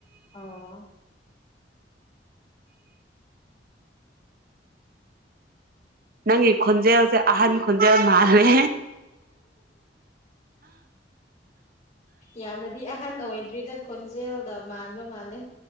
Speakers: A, on the left; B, on the right.
A: ꯑꯥ
B: ꯅꯪꯒꯤ ꯈꯣꯟꯖꯦꯜꯁꯦ ꯑꯍꯟ ꯈꯣꯟꯖꯦꯜ ꯃꯥꯜꯂꯦ
A: ꯌꯥꯝꯅꯗꯤ ꯑꯍꯟ ꯑꯣꯏꯗ꯭ꯔꯤꯗ ꯈꯣꯟꯖꯦꯜꯗ ꯃꯥꯟꯕ ꯃꯥꯜꯂꯦ